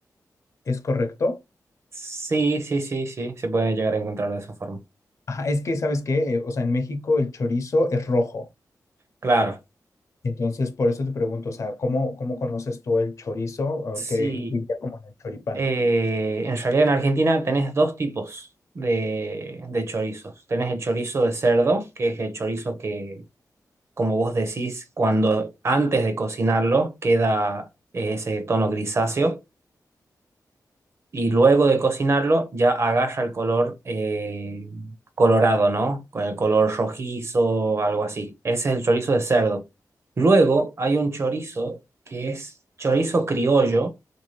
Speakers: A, on the left; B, on the right.
A: ¿es correcto?
B: Sí, sí, sí, sí, se puede llegar a encontrar de esa forma.
A: Ajá, es que, ¿sabes qué? Eh, o sea, en México el chorizo es rojo.
B: Claro.
A: Entonces, por eso te pregunto, o sea, ¿cómo, cómo conoces tú el chorizo o
B: Sí.
A: el que iría como en el choripán?
B: Eh, en realidad en Argentina tenés dos tipos de, de chorizos. Tenés el chorizo de cerdo, que es el chorizo que como vos decís, cuando antes de cocinarlo queda eh, ese tono grisáceo y luego de cocinarlo ya agarra el color eh, colorado, ¿no? Con el color rojizo, algo así. Ese es el chorizo de cerdo. Luego hay un chorizo que es chorizo criollo